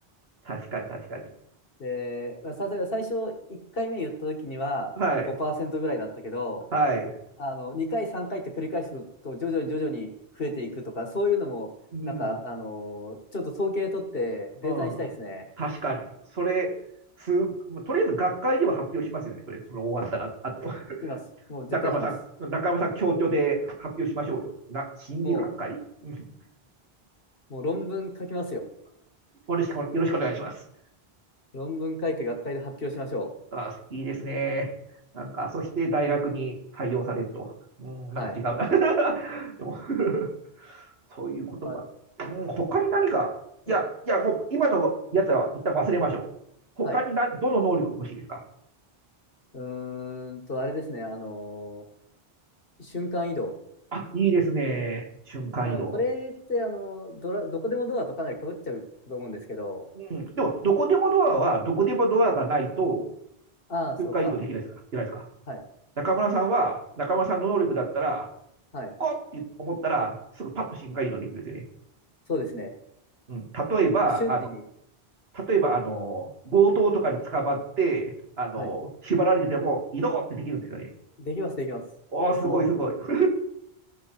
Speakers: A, on the right; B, on the left.
A: 確かに、確かに。
B: で、まあさすがに最初1回目言った時には5%
A: はい、
B: ぐらいだったけど、
A: はい。
B: あの2回3回って繰り返すと徐々に徐々に増えていくとか、そういうのもなんかあのちょっと統計取ってデータにしたいですね。
A: うん、うん。確かに。それ、す、とりあえず学会では発表しますよね。それ、その終わったら、あと。
B: します。もう絶対します。
A: 中山さん、中山さん、協調で発表しましょうよ。な、心理学会うん
B: もう、もう論文書きますよ。
A: よろしくよろしくお願いします。
B: 論文書いて学会で発表しましょう。
A: あ、好きですね。なんか、そして大学に採用されると。うん、
B: はい。
A: なんか違うな。<laughs> でも <laughs> そういうことか。
B: まあ、
A: うん、他に何か、
B: まあ
A: いや、いや、もう今のやつは一旦忘れましょう。他にな、
B: はい。
A: どの能力が欲しいですか
B: うーんと、あれですね。あのー瞬間移動。
A: あ、いいですね。瞬間移動。
B: あのこれってあのドラ、どこでもドアとかなり被っちゃうと思うんですけど、
A: うん。でも、どこでもドアは、どこでもドアがないと、
B: ああ、そうか。
A: 瞬間移動できないですかじゃないですか。
B: はい。
A: 中村さんは、中村さんの能力だったら、
B: はい。
A: ここって思ったら、すぐパッと瞬間移動できるんですよね。
B: そうですね。
A: うん。例えば、
B: もう瞬時に。
A: あの、例えば、あの、強盗とかに捕まって、あの、
B: はい。
A: 縛られてても、移動ってできるんですよね。
B: できます、できます。
A: おー、
B: おお、
A: すごいすごい。<laughs>